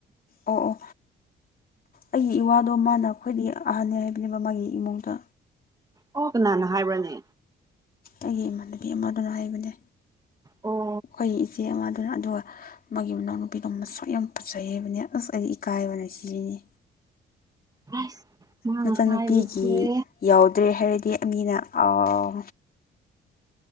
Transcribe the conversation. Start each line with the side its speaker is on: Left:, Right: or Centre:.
Left: ꯑꯣ ꯑꯣ ꯑꯩꯒꯤ ꯏꯋꯥꯗꯣ ꯃꯥꯅ ꯈ꯭ꯥꯋꯏꯗꯒꯤ ꯑꯍꯟꯅꯦ ꯍꯥꯏꯕꯅꯦꯕ ꯃꯥꯒꯤ ꯏꯃꯨꯡꯗ
Right: ꯑꯣ ꯀꯅꯥꯅ ꯍꯥꯏꯕ꯭ꯔꯅꯦ
Left: ꯑꯩꯒꯤ ꯏꯃꯥꯟꯅꯕꯤ ꯑꯃꯗꯨꯅ ꯍꯥꯏꯕꯅꯦ
Right: ꯑꯣ
Left: ꯑꯈꯣꯏꯒꯤ ꯏꯆꯦ ꯑꯃꯗꯨꯅ ꯑꯗꯨꯒ ꯃꯥꯒꯤ ꯃꯅꯥꯎꯅꯨꯄꯤꯗꯣ ꯃꯁꯛ ꯌꯥꯝ ꯐꯖꯩ ꯍꯥꯏꯕꯅꯦ ꯑꯁ ꯑꯩꯗꯤ ꯏꯀꯥꯏꯕꯅ ꯁꯤꯅꯤ
Right: ꯑꯁ ꯃꯥꯅ
Left: ꯅꯆꯟꯅꯨꯄꯤꯒꯤ
Right: ꯍꯥꯏꯕꯁꯦ
Left: ꯌꯧꯗ꯭ꯔꯦ ꯍꯥꯏꯔꯗꯤ ꯃꯤꯅ ꯑꯥ